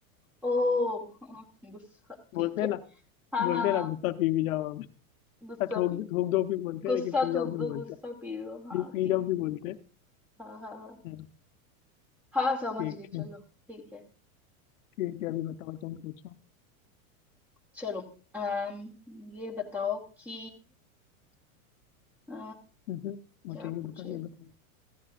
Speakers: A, in the centre; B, on the left.
A: ओ हाँ, गुस्सा ठीक
B: बोलते
A: है
B: हैं ना
A: हाँ
B: बोलते
A: हाँ
B: हैं
A: हाँ
B: ना गुस्सा पी भी जाओ हम हाँ,
A: गुस्सा
B: थूक थूक दो भी बोलते हैं
A: गुस्सा
B: लेकिन पी
A: थूक
B: जाओ भी
A: दो
B: बोलते
A: गुस्सा
B: हैं
A: पी लो हाँ
B: पी पी
A: ठीक
B: जाओ भी बोलते हैं
A: हाँ हाँ हाँ
B: हम्म,
A: हाँ समझ
B: ठीक
A: गई चलो
B: है
A: ठीक है
B: ठीक है अभी बताओ तुम पूछो
A: चलो अम ये बताओ कि अ,
B: हम्म, मुझे
A: क्या
B: ये
A: पूछे
B: बताओ ये बताओ